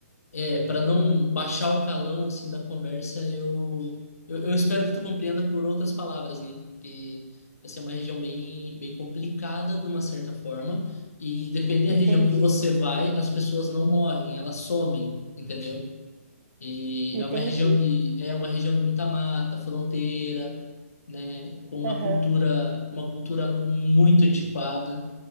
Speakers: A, on the left; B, on the right.
A: é, para não baixar o calão assim da conversa, eu, eu eu espero que tu compreenda por outras palavras, né? Que essa é uma região bem bem complicada de uma certa forma e depende da
B: Entendi.
A: região que você vai, as pessoas não morrem, elas somem, entendeu? E
B: Entendi.
A: é uma região de é uma região de muita mata, fronteira, né? Com uma
B: Aham.
A: cultura uma cultura muito antiquada.